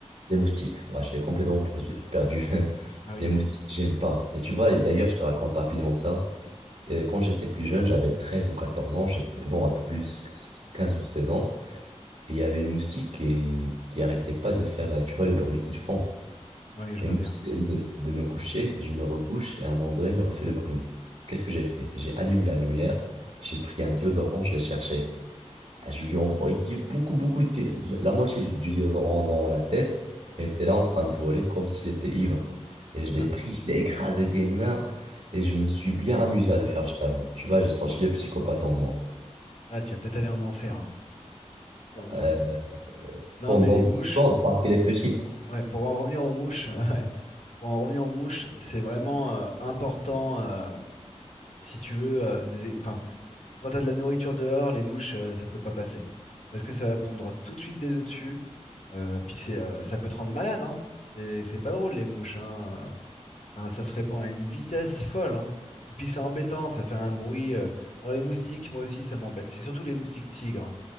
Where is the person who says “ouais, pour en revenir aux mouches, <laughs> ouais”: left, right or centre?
Left